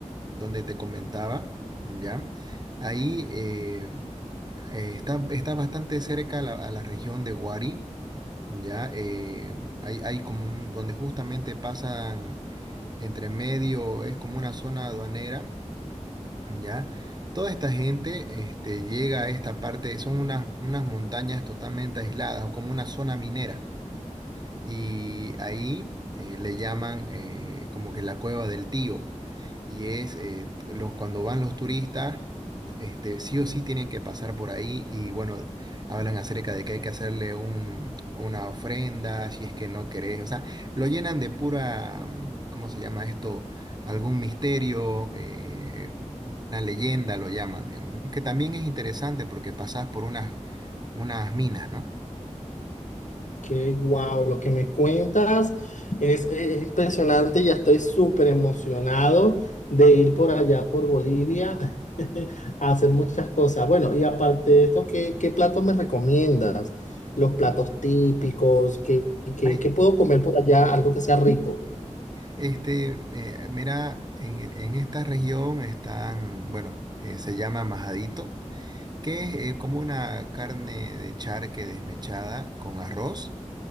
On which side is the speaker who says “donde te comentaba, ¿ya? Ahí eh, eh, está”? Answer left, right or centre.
Right